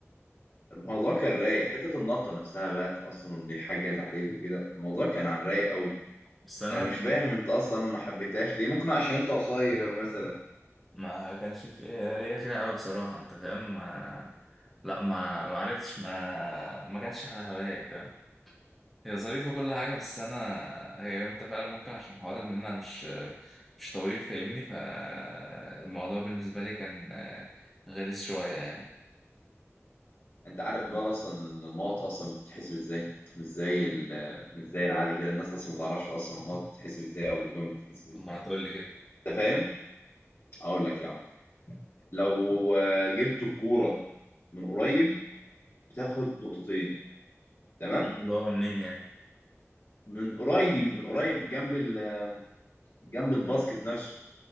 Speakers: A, on the left; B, in the centre.
A: الموضوع كان رايق حتة النطة نفسها بقى أصلا إن حاجة جت عليك وكده الموضوع كان على الرايق قوي
B: بس انا
A: أنا مش فاهم
B: ما
A: أنت أصلا ما حبيتهاش ليه ممكن عشان أنت قصير مثلا
B: ما كانش في ليا فيها قوي بصراحه انت فاهم ما... لا ما ما عرفتش ما ما جاتش على هوايا فاهم هي ظريفه كل حاجه بس انا هي انت فعلا ممكن عشان حوار ان انا مش مش طويل فاهمني فالموضوع بالنسبه لي كان غلس شويه يعني
A: انت عارف بقى اصلا ان النقط اصلا بتتحسب ازاي مش زي ال- مش زي العادي كده الناس اصلا ما تعرفش اصلا النقط بتتحسب ازاي او اللجوم بتتحسب ازاي
B: طب ما هتقول لي كده
A: انت فاهم اقول لك يا عم لو آه، جبت الكوره من قريب بتاخد نقطتين تمام
B: اللي هو منين يعني
A: من قريب من قريب جنب ال... جنب الباسكت نفسه